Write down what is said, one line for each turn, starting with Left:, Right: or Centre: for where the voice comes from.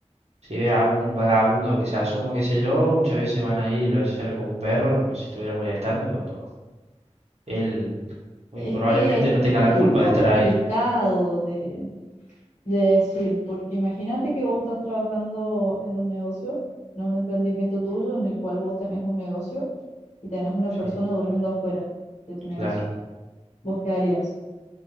Right: si ves a un vagabundo que se asoma, qué sé yo, muchas veces van a ir y lo van a hacer como un perro, como si estuviera molestando, cuando él muy
Left: Es
Right: probablemente
Left: que
Right: no tenga la
Left: es
Right: culpa
Left: complicado
Right: de estar ahí.
Left: de, de decir, porque imagínate que vos estás trabajando en un negocio, en un emprendimiento tuyo en el cual vos tenés un negocio y tenés una
Right: Sí,
Left: persona durmiendo afuera de tu negocio.
Right: claro.
Left: ¿Vos qué harías?